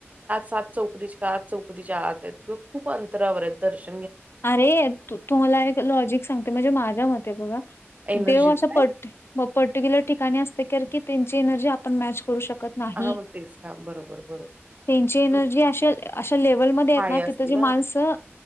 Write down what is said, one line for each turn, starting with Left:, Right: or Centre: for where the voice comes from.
Right: तात चौ. आ चौकदीच्या आत आहेत किंवा खूप अंतरावर आहेत दर्श.
Left: अरे तुम्हाला एक लॉजिक सांगते म्हणजे माझ्या मते आहे बघा.
Right: एनर्जीच
Left: देव अशा
Right: काय?
Left: प पर्टिक्युलर ठिकाणी असते कार की त्यांची एनर्जी आपण मॅच. करू शकत नाही.
Right: हां, मग तेच हां, बरोबर, बरोबर.
Left: त्यांची एनर्जी
Right: मग
Left: अशा अशा लेव्हलमध्येध्ये आहेत
Right: थाळी
Left: ना
Right: असती
Left: तिथ जे माणसं.